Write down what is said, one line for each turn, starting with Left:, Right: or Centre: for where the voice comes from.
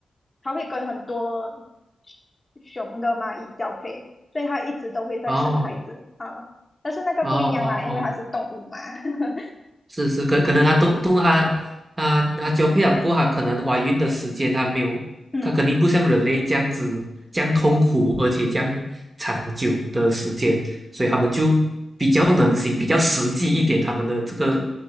Left: 它会跟很多熊的蚂蚁交配，所以它一直都会在生孩子啊。
Right: 哦，
Left: 但是那个不一样啦，
Right: 哦哦哦，
Left: 因为它是动物嘛。<laughs>
Right: 是是，可可能他都都他她她交配了过后，她可能怀孕的时间他没有，
Left: 嗯
Right: 他肯定不像人类这样子这样痛苦，而且这样长久的时间，所以他们就比较能行，比较实际一点他们的这个